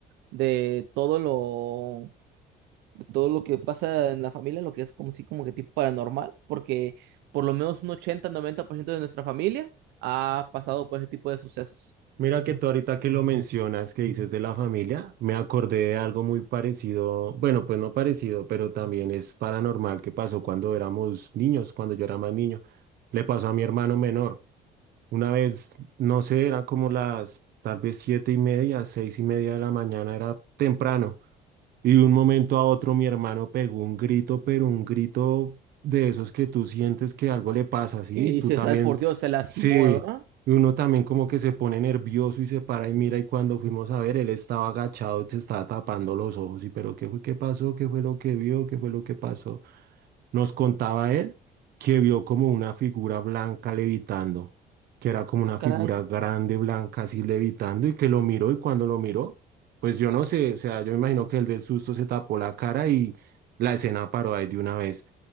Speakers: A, on the right; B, on the right.
A: de todo lo, de todo lo que pasa en la familia, lo que es como si como que tipo paranormal, porque por lo menos un 80-90% de nuestra familia ha pasado por ese tipo de sucesos.
B: Mira que tú ahorita que lo mencionas, que dices de la familia, me acordé de algo muy parecido, bueno, pues no parecido, pero también es paranormal que pasó cuando éramos niños, cuando yo era más niño. Le pasó a mi hermano menor. Una vez, no sé, eran como las tal vez siete y media, seis y media de la mañana, era temprano. Y de un momento a otro mi hermano pegó un grito, pero un grito de esos que tú sientes que algo le pasa, ¿sí?
A: Y
B: Tú
A: se
B: también,
A: sabe por Dios, se lastimó,
B: sí,
A: ¿verdad?
B: y uno también como que se pone nervioso y se para y mira y cuando fuimos a ver, él estaba agachado, se estaba tapando los ojos y pero ¿qué fue? ¿Qué pasó? ¿Qué fue lo que vio? ¿Qué fue lo que pasó? Nos contaba él que vio como una figura blanca levitando, que era como una
A: Ah, caray.
B: figura grande blanca así levitando y que lo miró y cuando lo miró, pues yo no sé, o sea, yo me imagino que el del susto se tapó la cara y la escena paró ahí de una vez.